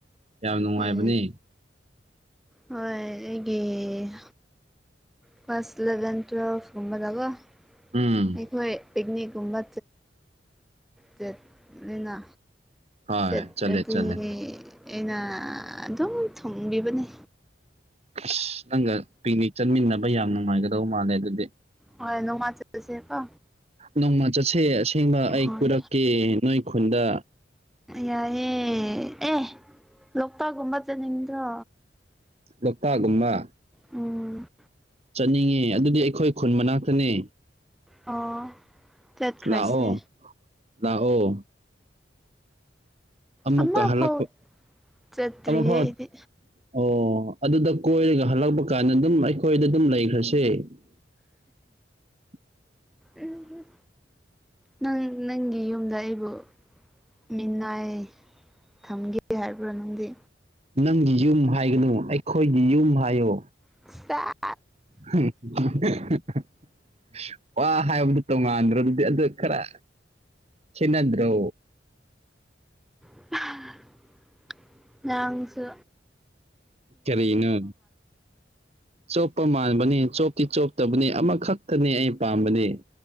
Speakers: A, on the right; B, in the centre.
A: ꯌꯥꯝ ꯅꯨꯡꯉꯥꯏꯕꯅꯦ
B: ꯎꯝ ꯍꯣꯏ ꯑꯩꯒꯤ ꯀ꯭ꯂꯥꯁ ꯏꯂꯚꯦꯟ ꯇꯨꯌꯦꯜꯐ ꯀꯨꯝꯕꯗꯀꯣ
A: ꯎꯝ
B: ꯑꯩꯈꯣꯏ ꯄꯤꯛꯅꯤꯛꯀꯨꯝꯕ ꯆꯠꯂꯤꯅ
A: ꯍꯣꯏ
B: ꯆꯠꯂꯗꯤ
A: ꯆꯠꯂꯦ ꯆꯠꯂꯦ
B: ꯑꯩꯅ ꯑꯗꯨꯝ ꯊꯨꯡꯕꯤꯕꯅꯦ
A: ꯑꯁ ꯅꯪꯒ ꯄꯤꯛꯅꯤꯛ ꯆꯠꯃꯤꯟꯅꯕ ꯌꯥꯝ ꯅꯨꯡꯉꯥꯏꯒꯗꯧ ꯃꯥꯜꯂꯦ ꯑꯗꯨꯗꯤ
B: ꯍꯣꯏ ꯅꯣꯡꯃ ꯆꯠꯂꯁꯦꯀꯣ
A: ꯅꯣꯡꯃ ꯆꯠꯁꯦ ꯑꯁꯦꯡꯕ ꯑꯩ
B: ꯍꯣꯏ
A: ꯀꯣꯏꯔꯛꯀꯦ ꯅꯣꯏ ꯈꯨꯟꯗ
B: ꯌꯥꯏꯑꯦ ꯑꯦ ꯂꯣꯛꯇꯥꯛꯒꯨꯝꯕ ꯆꯠꯅꯤꯡꯗ꯭ꯔꯣ
A: ꯂꯣꯛꯇꯥꯥꯛꯒꯨꯝꯕ
B: ꯎꯝ
A: ꯆꯠꯅꯤꯡꯉꯦ ꯑꯗꯨꯗꯤ ꯑꯩꯈꯣꯏ ꯈꯨꯟ ꯃꯅꯥꯛꯇꯅꯦ
B: ꯑꯣ ꯆꯠꯈ꯭ꯔꯁꯦ
A: ꯂꯥꯛꯑꯣ ꯂꯥꯛꯑꯣ ꯑꯃꯨꯛꯀ
B: ꯑꯃ
A: ꯍꯜꯂꯛꯄ
B: ꯐꯥꯎ ꯆꯠꯇ꯭ꯔꯤꯌꯦ
A: ꯑꯃꯨꯛ ꯐꯥꯎ
B: ꯑꯩꯗꯤ
A: ꯑꯣ ꯑꯗꯨꯗ ꯀꯣꯏꯔꯒ ꯍꯜꯂꯛꯄ ꯀꯥꯟꯗ ꯑꯗꯨꯝ ꯑꯩꯈꯣꯏꯗ ꯑꯗꯨꯝ ꯂꯩꯈ꯭ꯔꯁꯦ <inaudible>
B: ꯎꯝ ꯅꯪ ꯅꯪꯒꯤ ꯌꯨꯝꯗ ꯑꯩꯕꯨ ꯃꯤꯅꯥꯏ ꯊꯝꯒꯦ ꯍꯥꯏꯕ꯭ꯔꯥ ꯅꯪꯗꯤ
A: ꯅꯪꯒꯤ ꯌꯨꯝ ꯍꯥꯏꯒꯅꯨ ꯑꯩꯈꯣꯏꯒꯤ ꯌꯨꯝ ꯍꯥꯏꯌꯣ
B: <unintelligible>
A: <unintelligible> ꯋꯥ ꯍꯥꯏꯕꯗꯨ ꯇꯣꯉꯥꯟꯗ꯭ꯔ ꯑꯗꯨꯗꯤ ꯑꯗꯨ ꯈꯔ ꯈꯦꯟꯅꯗ꯭ꯔꯣ
B: <unintelligible> ꯅꯥꯡꯁꯨ
A: ꯀꯔꯤꯅꯣ ꯆꯣꯞꯄ ꯃꯥꯟꯕꯅꯤ ꯆꯣꯞꯇꯤ ꯆꯣꯞꯇꯕꯅꯤ ꯑꯃꯈꯛꯇꯅꯤ ꯑꯩ ꯄꯥꯝꯕꯗꯤ